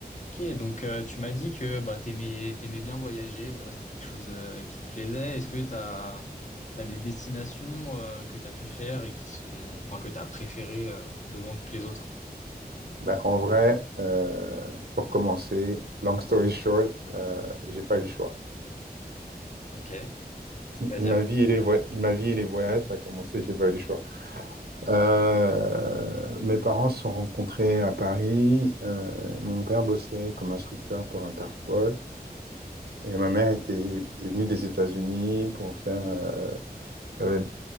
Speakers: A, on the left; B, on the right.
A: Ok, donc euh, tu m'as dit que bah, t'aimais, t'aimais bien voyager, voilà, c'était quelque chose euh, qui te plaisait. Est-ce que t'as, t'as des destinations euh, que t'as pu faire et qui sont, enfin, que t'as préférées euh, devant toutes les autres?
B: Ben, en vrai, euh, pour commencer, long story short, euh, j'ai pas eu le choix.
A: Ok,
B: <laughs>
A: c'est-à-dire?
B: Ma vie et les voy- ma vie et les voyages, ça a commencé, j'ai pas eu le choix. Euh, mes parents se sont rencontrés à Paris. Euh, mon père bossait comme instructeur pour Interpol et ma mère était est venue des États-Unis pour faire euh, avec